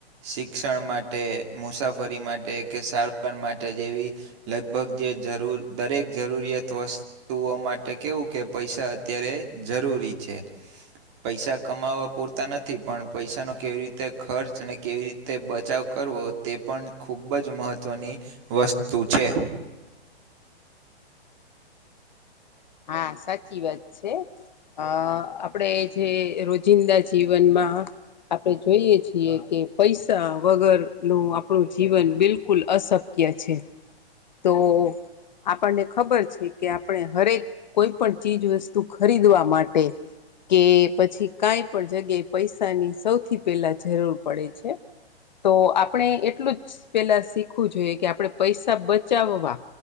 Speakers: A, on the right; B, on the left.
A: શિક્ષણ માટે મુસાફરી માટે કે સારવાર માટે જેવી લગભગ જે જરૂર દરેક જરૂરિયાત વસ્તુ ઓ માટે કેવું કે પૈસા અત્યારે જરૂરી છે. પૈસા કમાવવા પૂરતા નથી પણ પૈસાનો કેવી રીતે ખર્ચ અને કેવી રીતે બચાવ કરવો તે પણ ખૂબ જ મહત્વની વસ્તુ છે.
B: હા સાચી વાત છે. અ આપડે જે રોજિંદા જીવનમાં આપણે જોઈએ છીએ કે પૈસા વગર નું આપણું જીવન બિલકુલ અશક્ત કે છે. તો આપણને ખબર છે કે આપણે ધરે. કોઈ પણ ચીજ વસ્તુ ખરીદવા માટે. કે પછી કઈ પણ જગ્યાએ પૈસાની સૌથી પેલા જરૂર પડે છે. તો આપણે એટલું જ પેલા શીખવું જોઈએ કે આપણે પૈસા બચાવવા